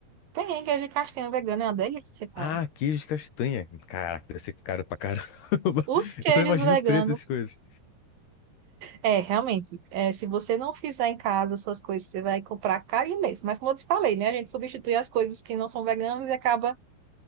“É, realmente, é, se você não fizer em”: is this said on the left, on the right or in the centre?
Right